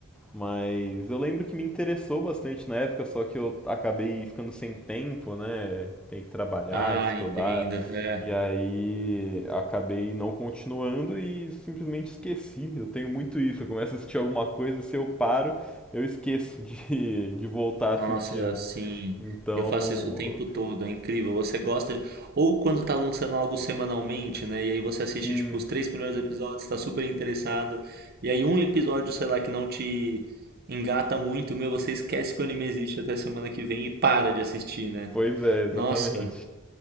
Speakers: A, in the centre; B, on the right.
A: Mas eu lembro que me interessou bastante na época, só que eu acabei ficando sem tempo, né? Tem que trabalhar,
B: Ah,
A: estudar,
B: entendo. É.
A: e aí acabei não continuando e simplesmente esqueci. Eu tenho muito isso, eu começo a assistir alguma coisa, se eu paro, eu esqueço de, <laughs> de voltar a
B: Nossa,
A: assistir, né?
B: sim.
A: Então,
B: Eu faço isso o tempo todo, é incrível. Você gosta de... Ou quando tá lançando algo semanalmente, né? E aí você assiste,
A: sim,
B: tipo, os três primeiros episódios, tá super interessado. E aí um episódio, sei lá, que não te engata muito, meu, você esquece que o anime existe até semana que vem e para de assistir, né?
A: pois é, exatamente.
B: Nossa,